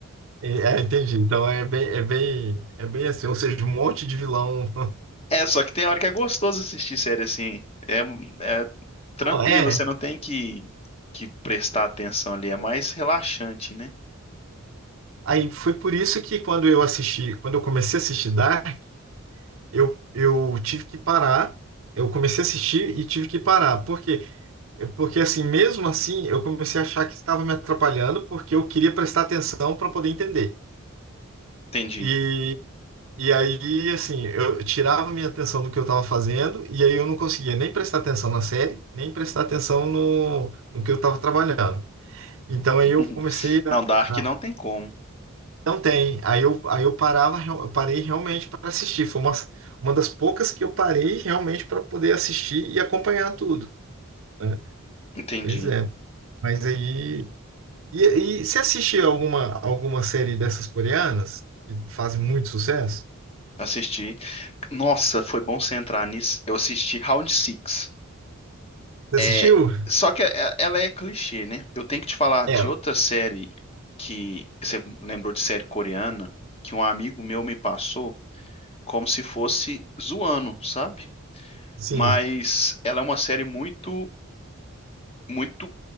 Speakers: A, on the right; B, on the left.
A: E- É, entendi. Então é bem, é bem, é bem assim, ou seja, um monte de vilão. <laughs>
B: É, só que tem hora que é gostoso assistir série assim. É, é tranquilo,
A: Ó, É.
B: você não tem que, que prestar atenção ali, é mais relaxante, né?
A: Aí foi por isso que quando eu assisti, quando eu comecei a assistir Dark Eu, eu tive que parar, eu comecei a assistir e tive que parar. Por quê? Eu- Porque assim, mesmo assim, eu comecei a achar que estava me atrapalhando porque eu queria prestar atenção para poder entender.
B: Entendi.
A: E, e aí, assim, eu tirava minha atenção do que eu estava fazendo e aí eu não conseguia nem prestar atenção na série, nem prestar atenção no, no que eu estava trabalhando. Então aí
B: <laughs>
A: eu comecei a,
B: Não, Dark não tem como.
A: Não tem. Aí eu, aí eu parava, eu parei realmente para assistir. Foi uma, uma das poucas que eu parei realmente para poder assistir e acompanhar tudo, né?
B: Entendi.
A: Pois é. Mas aí. E, e você assistiu alguma, alguma série dessas coreanas que fazem muito sucesso?
B: Assisti. Nossa, foi bom você entrar nisso. Eu assisti Round Six.
A: Você
B: É,
A: assistiu?
B: só que é- ela é clichê, né? Eu tenho que te falar
A: É,
B: de outra série que você lembrou de série coreana que um amigo meu me passou como se fosse zoando, sabe?
A: sim,
B: Mas ela é uma série muito, muito.